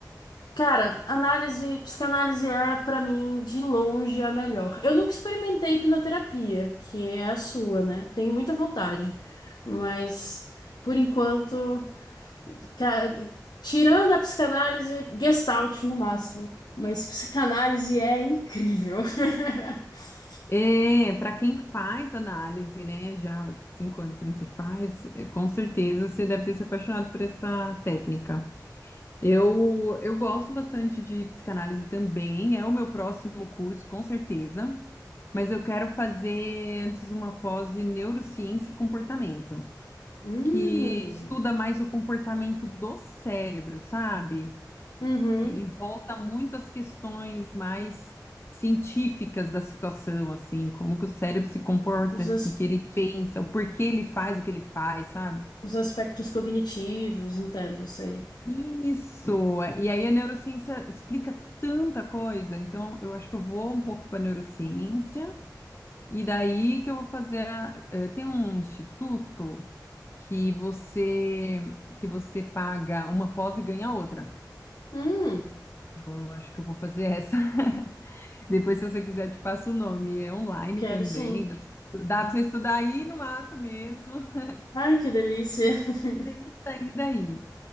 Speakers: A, on the left; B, on the left.
A: Cara, análise, psicanálise é pra mim de longe a melhor. Eu nunca experimentei hipnoterapia, que é a sua, né? Tenho muita vontade, mas por enquanto, ca- tirando a psicanálise, Gestalt no máximo, mas psicanálise é incrível. <laughs>
B: É, para quem faz análise, né, já há cinco anos que você faz, é, com certeza você deve ter se apaixonado por essa técnica. Eu, eu gosto bastante de psicanálise também, é o meu próximo curso, com certeza, mas eu quero fazer antes uma pós em neurociência e comportamento,
A: Hum,
B: que estuda mais o comportamento do cérebro, sabe?
A: Uhum.
B: Ele volta muito às questões mais científicas da situação, assim, como que o cérebro se comporta,
A: Os,
B: o
A: as-
B: que que ele pensa, o porquê ele faz o que ele faz, sabe?
A: os aspectos cognitivos, entendo, sei.
B: Isso! E aí a neurociência explica tanta coisa, então eu acho que eu vou um pouco para neurociência, e daí que eu vou fazer. a- eh, tem um instituto que você que você paga uma pós e ganha outra.
A: Hum,
B: Então eu acho que eu vou fazer essa. <laughs> Depois, se você quiser, eu te passo o nome. É online
A: quero
B: também.
A: sim.
B: Dá para você estudar aí no mato mesmo. <laughs>
A: Ai, que delícia. <laughs>
B: Nem sair daí.